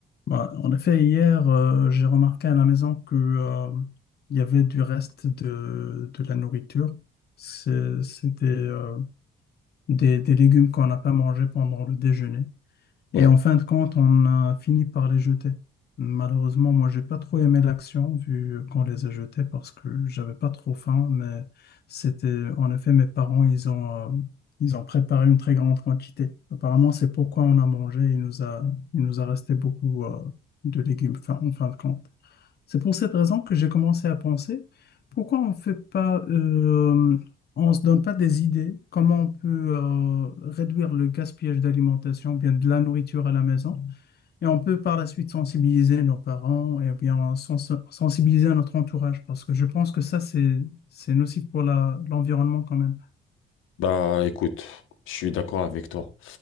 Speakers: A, on the left (about 55°); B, on the left (about 90°).
A: Bah, en effet, hier, euh, j'ai remarqué à la maison que, euh, il y avait du reste de, de la nourriture. C'est- C'était, euh, des, des légumes qu'on n'a pas mangés pendant le déjeuner. Et
B: Ouais,
A: en fin de compte, on a fini par les jeter. Malheureusement, moi, j'ai pas trop aimé l'action vu qu'on les a jetés parce que j'avais pas trop faim, mais c'était, en effet, mes parents, ils ont, euh, ils ont préparé une très grande quantité. Apparemment, c'est pourquoi on a mangé. Il nous a, il nous a resté beaucoup, euh, de légumes, fin- en fin de compte. C'est pour cette raison que j'ai commencé à penser, pourquoi on fait pas, euh, on se donne pas des idées, comment on peut euh, réduire le gaspillage d'alimentation, bien de la nourriture à la maison, et on peut par la suite sensibiliser nos parents et bien sens- sensibiliser notre entourage, parce que je pense que ça, c'est, c'est nocif pour la, l'environnement quand même.
B: bah écoute, je suis d'accord avec toi.